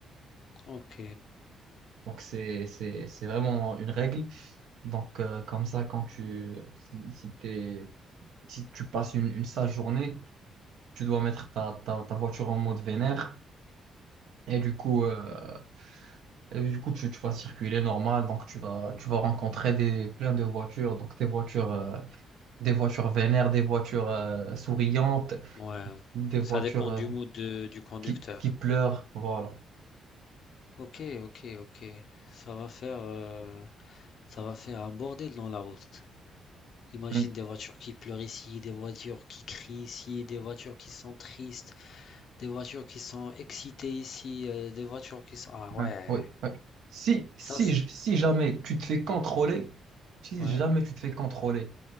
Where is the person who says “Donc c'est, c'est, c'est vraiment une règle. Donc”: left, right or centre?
Right